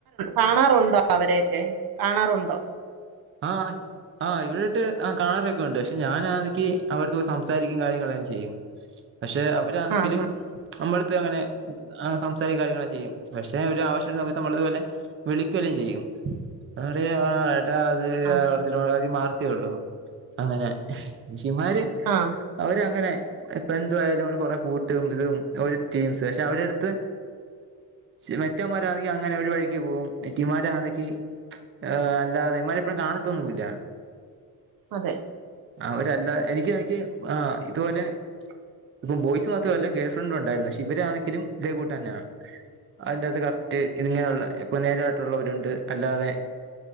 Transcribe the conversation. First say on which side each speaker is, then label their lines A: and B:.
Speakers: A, on the right (about 75°); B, on the right (about 35°).
A: കാണാറുണ്ടോ അവരെയൊക്കെ കാണാറുണ്ടോ
B: ആഹ് ആഹ ഇവിടെട്ട് കാണാറൊക്കെ ഉണ്ട് പക്ഷെ ഞാനാനിക്ക് അവരോട്ത്ത് സംസാരിക്കും കാര്യങ്ങളെല്ലാം ചെയ്യും പക്ഷെ അവരാണെങ്കില്
A: ആഹ്
B: നമ്മുടെ അടുത്ത് അങ്ങനെ സംസാരിക്ക കാര്യങ്ങളൾ ചെയ്യും പക്ഷെ ഒരു ആവശ്യം സമയത്ത് നമ്മളതുപോലെ വിളിക്കല്ലും ചെയ്യും അറിയോ ആ എടാ <unintelligible>
A: ആഹ് ആഹ
B: അവര് അങ്ങനെ ഇപ്പൊ എന്തുവായാലും ഒരു കൊറെ കൂട്ടും ഇതും ഒരു ടീംസ് പക്ഷെ അവരെ അടുത്ത് സി മെറ്റന്മാരെ ആണെങ്കി അങ്ങനെ ഒരു വഴിക്ക് പോവും നെറ്റിമാരാണെക്കി ഏ അല്ലാതെ ഇവന്മാരെ എപ്പഴും കാണത്തൊന്നുല്ല
A: അതെ
B: അവര്അല്ല എനിക്ക് എനിക്ക് ആ ഇതുപോലെ ഇപ്പം ബോയ്സ് മാത്രല്ല ഗേൾ ഫ്രണ്ട് ഉണ്ടായിരുന്നു പക്ഷെ ഇവരാ ണെങ്കിലും ഇതേ കൂട്ട തന്നെയാണ് അതിന്റെകത്ത് കറക്റ്റ് ഇതിങ്ങനെയുള്ള ഇപ്പൊ നേരായിട്ടുള്ളവരുണ്ട് അല്ലാതെ